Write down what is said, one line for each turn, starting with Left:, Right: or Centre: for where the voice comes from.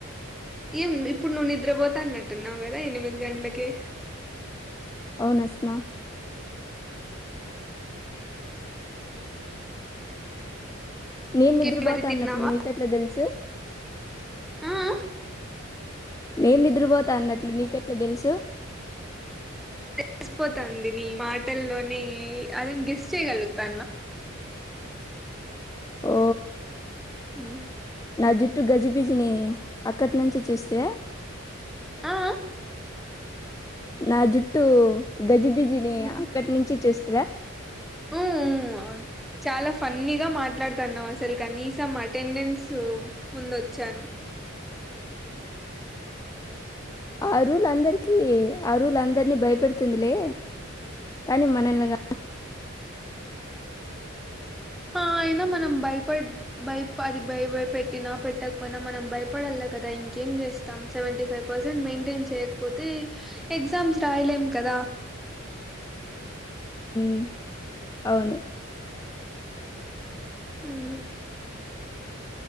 Centre: ఏం ఇప్పుడు నువ్వు నిద్రపోతా అన్నట్టున్నావు కదా ఎనిమిది గంటలకే
Left: అవునాస్మా నేను
Centre: ఇంకే
Left: నిద్రపోతా
Centre: మరి తిన్నావా
Left: అన్నట్లు నీకెట్లా తెలుసు
Centre: ఆ ఆ
Left: నేను నిద్రపోతా అన్నట్లు నీకెట్లా తెలుసు
Centre: తెసిపోతాంది నీ మాటల్లోనే అది నెను గెస్ చేయగలుగుతాను
Left: ఓ
Centre: మ్
Left: జుట్టు గజిబిజిని అక్కటి నుంచి చూస్తే
Centre: ఆ ఆ
Left: నా జుట్టు గజిబీజ ని
Centre: ఉమ్.
Left: అక్కడి నుంచి చూస్త
Centre: అవును చాలా ఫన్నీగా మాట్లాడుతున్నాం అసలు కనీసం అటెండెన్స్ ముందు వచ్చాను
Left: ఆ రూల్ అందరికీ ఆ రూల్ అందరినీ భయపెడుతుందిలే కానీ మనల్ని కాదు
Centre: అయినా మనం భయప భ అది భయపెట్టి నా పెట్టకపోయినా మనం భయపడలే కదా ఇంకేం చేస్తాం సెవెంటీ ఫైవ్ పర్సెంట్ మెయింటైన్ చేయలేకపోతే ఎగ్జామ్స్ రాయలేం కదా
Left: మ్ అవును
Centre: మ్